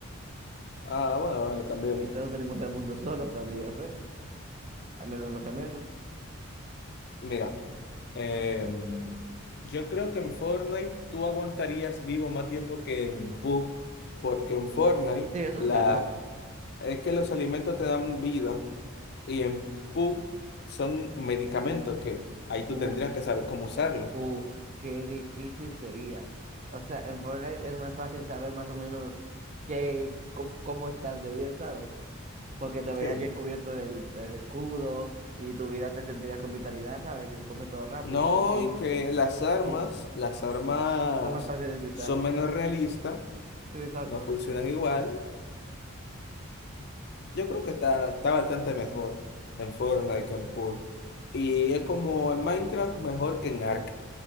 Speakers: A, on the left; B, on the right.
A: Ah, bueno, bueno, también.
B: Y todos venimos al mundo solos, hasta donde yo sé. Al menos los gemelos.
A: Mira. Eh, yo creo que en Fortnite tú aguantarías vivo más tiempo que en PUBG, porque en Fortnite
B: Sí, eso
A: la,
B: sí.
A: es que los alimentos te dan vida y en PUBG son medicamentos que ahí tú
B: Uf,
A: tendrías que saber cómo usarlo.
B: uf, qué difícil sería. O sea, en Fortnite es más fácil saber más o menos qué, cómo, cómo estás de bien, ¿sabes? Porque te verías
A: Sí.
B: bien cubierto del, del escudo y tu vida te sentirías con vitalidad, ¿sabes? Y se come todo rápido,
A: No,
B: pero en Pug,
A: y que las armas,
B: uf,
A: las armas
B: son más fáciles de usar.
A: son menos realistas,
B: Sí, exacto.
A: no funcionan igual. Yo creo que está, está bastante mejor en Fortnite que en PUBG. Y es como en Minecraft mejor que en Ark.